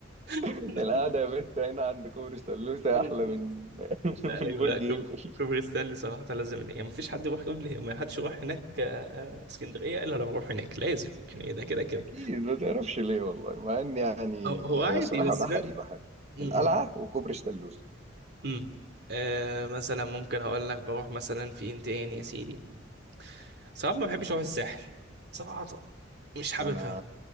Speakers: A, on the right; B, on the right.
A: <laughs>
B: القعدة يا بت هنا عند كوبري ستانلوسة
A: بالظبط
B: أحلى من <laughs>
A: ايوه
B: من برج
A: كوب-
B: إيفل
A: كوبري ستانلي صراحه لازم يعني مفيش حد يروح قبل ما حدش يروح هناك آه، اسكندريه الا لو يروح هناك لازم يعني ده كده كده
B: اكيد ما تعرفش ليه والله مع ان يعني
A: هو هو
B: هي
A: عادي
B: صراحه
A: بس
B: بحري
A: فاهم
B: بحري
A: م-
B: القلعه
A: م-
B: وكوبري ستانلوس
A: م. آه مثلا ممكن هقول لك بروح مثلا فين تاني يا سيدي صراحه ما بحبش اروح الساحل صراحه مش حاببها
B: انا